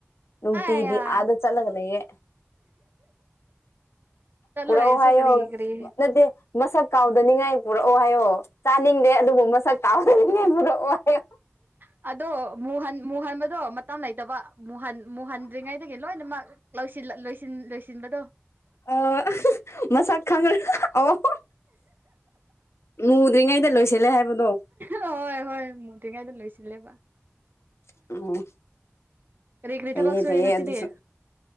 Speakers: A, on the left; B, on the right.
A: ꯅꯨꯡꯇꯤꯒꯤ
B: ꯑꯌꯥ
A: ꯑꯥꯗ ꯆꯠꯂꯒ ꯂꯩꯌꯦ
B: ꯆꯠꯂ
A: ꯄꯨꯔꯛꯑꯣ
B: ꯂꯩꯔꯁꯨ
A: ꯍꯥꯏꯌ‌ꯣ
B: ꯀꯔꯤ ꯀꯔꯤ
A: ꯅꯠꯗ‌ꯦ ꯃꯁꯛ ꯀꯥꯎꯗꯅꯤꯡꯉꯥꯏ ꯄꯨꯔꯛꯑꯣ ꯍꯥꯏꯌꯣ ꯆꯥꯅꯤꯡꯗꯦ ꯑꯗꯨꯕꯨ ꯃꯁꯛ ꯀꯥꯎꯗꯅꯤꯡꯉꯥꯏ ꯄꯨꯔꯛꯑꯣ ꯍꯥꯏꯌꯣ
B: ꯑꯗꯣ ꯃꯨꯍꯟ ꯃꯨꯍꯟꯕꯗꯣ ꯃꯇꯝ ꯂꯩꯇꯕ ꯃꯨꯍꯟ ꯃꯨꯍꯟꯗ꯭ꯔꯤ ꯉꯩꯗꯒꯤ ꯂꯣꯏꯅꯃꯛ ꯂꯣꯏꯁꯤꯟꯂ ꯂꯣꯏꯁꯤꯟ ꯂꯣꯏꯁꯤꯟꯕꯗꯣ
A: ꯑꯣ ꯑꯍꯥ ꯃꯁꯛ ꯈꯡꯉ ꯑꯣ ꯍꯣ ꯃꯨꯗ꯭ꯔꯤꯉꯩꯗ ꯂꯣꯏꯁꯤꯜꯂꯦ ꯍꯥꯏꯕꯗꯣ
B: ꯍꯣꯏ ꯍꯣꯏ ꯃꯨꯗ꯭ꯔꯤꯉꯩꯗ ꯂꯣꯏꯁꯤꯂ‌ꯦꯕ
A: <unintelligible>
B: ꯀꯔꯤ ꯀꯔꯤ
A: ꯐꯩꯌꯦ
B: ꯊꯕꯛ ꯁꯨꯔꯦ
A: ꯐꯩꯌꯦ
B: ꯉꯁꯤꯗꯤ
A: ꯑꯗꯨꯁꯨ